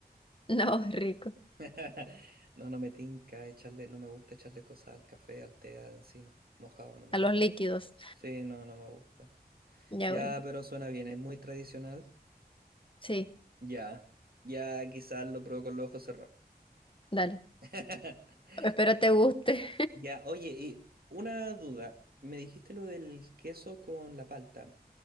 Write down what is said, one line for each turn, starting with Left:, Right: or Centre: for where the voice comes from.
Left: No, es rico.
Right: <laughs> No, no me tinca echarle, no me gusta echarle cosas al café, al té encima. Mojado no me
Left: A
Right: gusta.
Left: los líquidos.
Right: Sí, no, no me gusta.
Left: Ya
Right: Ya,
Left: bueno.
Right: pero suena bien, es muy tradicional.
Left: Sí,
Right: Ya, ya quizás lo pruebo con los ojos cerrados.
Left: dale.
Right: <laughs>
Left: Espero te guste.
Right: Ya, oye, y una duda. Me dijiste lo del queso con la palta.